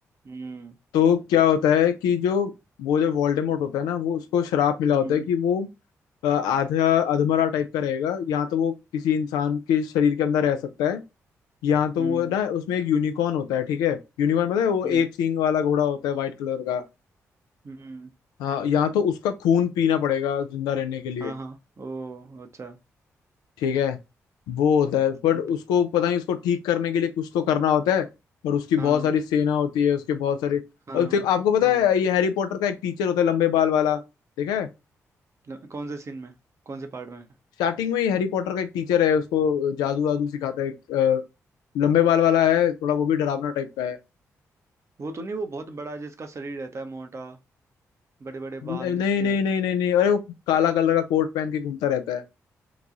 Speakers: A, on the right; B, on the left.
A: हम्म
B: तो क्या होता है कि जो वो जो वोल्डेमॉर्ट होता है ना वो उसको श्राप मिला
A: हम्म
B: होता है कि वो अ, आधा अधमरा टाइप का रहेगा या तो वो किसी इंसान के शरीर के अंदर रह सकता है यहाँ तो
A: हम्म
B: वो है ना उसमें एक यूनिकॉर्न होता है ठीक है यूनिकॉर्न पता है वो
A: हम्म
B: एक सींग वाला घोड़ा होता है व्हाइट कलर का
A: हम्म,
B: हाँ यहाँ तो उसका खून पीना पड़ेगा जिंदा रहने के लिए
A: हाँ हाँ ओ अच्छा
B: ठीक है वो होता है बट
A: ब-
B: उसको पता नहीं उसको ठीक करने के लिए कुछ तो करना होता है और उसकी बहुत
A: हाँ हाँ
B: सारी सेना होती है उसके बहुत सारे
A: हाँ
B: और फिर आपको पता
A: ओ
B: है ये हैरी पॉटर का एक टीचर होता है लंबे बाल वाला देखा है
A: ल- कौन से सीन में कौन से पार्ट में है?
B: स्टार्टिंग में ही हैरी पॉटर का एक टीचर है उसको जादू वादू सिखाता है एक, अ, लंबे बाल वाला है थोड़ा वो भी डरावना टाइप का है
A: वो तो नहीं वो बहुत बड़ा जिसका शरीर रहता है मोटा बड़े बड़े
B: नहीं
A: बाल जिसके
B: नहीं नहीं नहीं नहीं नहीं अरे वो काला कलर का कोट पहन के घूमता रहता है